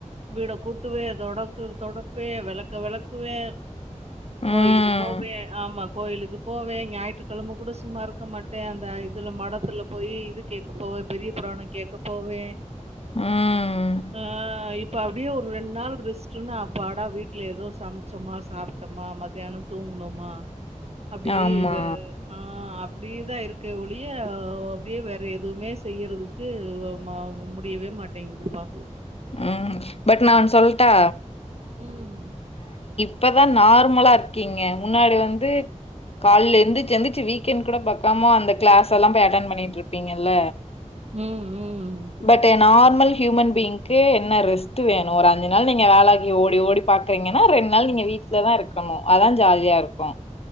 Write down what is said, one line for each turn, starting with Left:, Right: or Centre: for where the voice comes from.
Right: வீட கூட்டுவே தொடக்கு தொடப்பே வெளக்க வெளக்குவே
Left: ம்
Right: கோயிலுக்கு போவே ஆமா கோயிலுக்கு போவே ஞாயிற்றுக்கெழம கூட சும்மா இருக்க மாட்டே அந்த இதுல மடத்துல போய் இது கேக்க போவ பெரிய புராணொ கேக்க போவே
Left: ம்
Right: ஆஹ் இப் இப்ப அப்டியே ஒரு ரெண் நாள் ரெஸ்ட்டுன்னா அப்பாடா வீட்ல ஏதோ சமச்சோம்மா சாப்ட்டோமா மதியானொ தூங்குணோமா அப்டியே
Left: ஆமா
Right: இவ ஆ அப்டியேதா இருக்கே ஒளிய ஆ அப்டியே வேற எதுவுமே செய்யறதுக்கு வ ம முடியவே மாட்டேங்குதுப்பா
Left: ம் பட் நா ஒன் சொல்ட்டா
Right: ம்.
Left: இப்பதா நார்மலா இருக்கீங்க முன்னாடி வந்து கால்ல எந்திச்சு எந்திச்சு வீக்கெண்ட் கூட பாக்காம அந்த க்ளாஸ் எல்லா போயி அட்டன் பண்ணிட்ருக் பீங்கல்ல
Right: ம், ம்.
Left: But a normal human being கே என்ன ரெஸ் டு வேணு ஒரு அஞ்சு நாள் நீங்க வேலாக்கி ஓட் இப்டி ஓடி பாக்குறீங்கன்னா ரெண் நாள் நீங்க வீட்லதா இருக்கணு அதா ஜாலியா இருக் கு